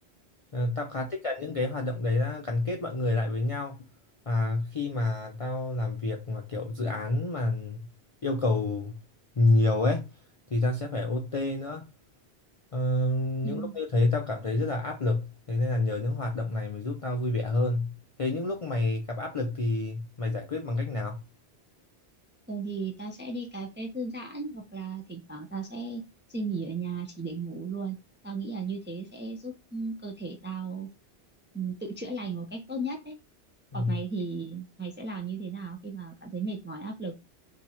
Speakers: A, on the left; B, on the right.
A: Ờ, tao khá thích cả những cái hoạt động đấy là gắn kết mọi người lại với nhau và khi mà tao làm việc mà kiểu dự án mà yêu cầu nhiều ấy thì tao sẽ phải OT nữa Ờ, những
B: Ừ.
A: lúc như thế tao cảm thấy rất là áp lực thế nên là nhờ những hoạt động này mới giúp tao vui vẻ hơn thế những lúc mày gặp áp lực thì mày giải quyết bằng cách nào?
B: Thường thì tao sẽ đi cà phê thư giãn hoặc là thỉnh thoảng tao sẽ xin nghỉ ở nhà chỉ để ngủ luôn. Tao nghĩ là như thế sẽ giúp ừ, cơ thể tao ừ, tự chữa lành một cách tốt nhất đấy.
A: Ừ.
B: Còn mày thì mày sẽ làm như thế nào khi mà cảm thấy mệt mỏi áp lực?